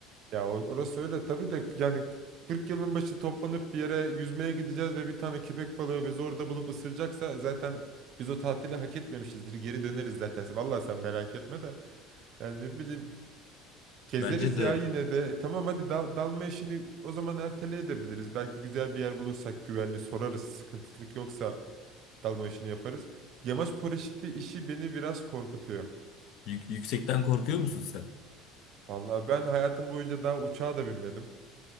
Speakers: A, on the right; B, on the left.
A: Ya o- orası öyle tabii de yani 40 yılın başı toplanıp bir yere yüzmeye gideceğiz ve bir tane köpek balığı bizi orada bulup ısıracaksa zaten biz o tatili hak etmemişizdir. Geri döneriz zaten. Vallahi sen merak etme de. Yani ne bileyim Gezeriz
B: Bence de
A: ya yine de. E, Tamam hadi dal dalma işini o zaman ertele edebiliriz. Belki güzel bir yer bulursak güvenli sorarız. Sıkıntılık yoksa dalma işini yaparız. Yamaç paraşütü işi beni biraz korkutuyor.
B: Yük- yüksekten korkuyor musun sen?
A: Vallahi ben hayatım boyunca daha uçağa da binmedim.